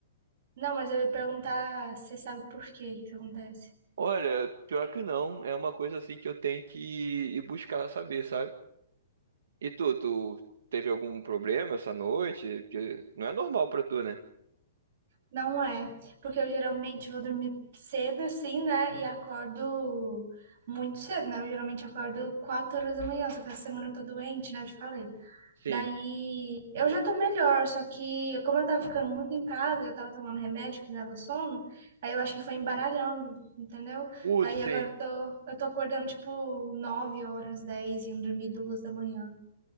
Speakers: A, on the right; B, on the right.
A: Não, mas eu ia perguntar, se você sabe por que isso acontece?
B: Olha, pior que não. É uma coisa assim que eu tenho que ir buscar saber, sabe? E tu, tu teve algum problema essa noite? Porque não é normal pra tu, né?
A: Não é, porque eu geralmente vou dormir cedo assim, né? E acordo muito cedo, né? Eu geralmente acordo 4 horas da manhã, só que essa semana eu tô doente, né? Eu te falei.
B: Sim.
A: Daí eu já tô melhor, só que como eu tava ficando muito em casa, eu tava tomando remédio que me dava sono, aí eu acho que foi embaralhando, entendeu?
B: Putz,
A: Daí
B: sim.
A: agora eu tô, eu tô acordando tipo 9 horas, 10, indo dormir duas da manhã.